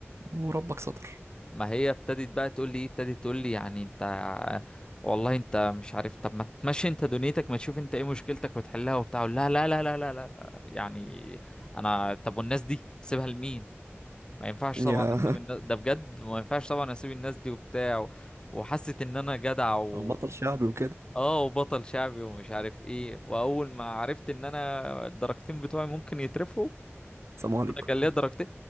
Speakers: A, on the right; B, on the left.
A: وربك ستر
B: ما هي ابتدت بقى تقول لي ايه ابتدت تقول لي يعني انت والله انت مش عارف طب ما تمشي انت دنيتك ما تشوف انت ايه مشكلتك وتحلها وبتاع أقول لها لا لا لا لا لا لا يعني انا طب والناس دي اسيبها لمين ما ينفعش
A: يا
B: طبعا اسيب الناس ده بجد ما ينفعش طبعا اسيب الناس دي وبتاع و... وحست ان انا جدع
A: <laughs>
B: و...
A: بطل شعبي وكده
B: اه وبطل شعبي ومش عارف ايه واول ما عرفت ان انا الدرجتين بتوعي ممكن يترفوا
A: السلام عليكم
B: انا كان ليا درجتين